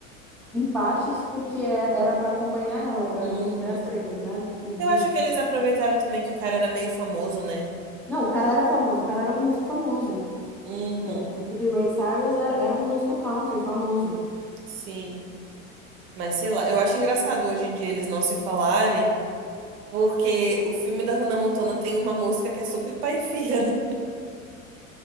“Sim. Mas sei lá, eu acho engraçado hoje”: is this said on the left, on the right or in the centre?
Right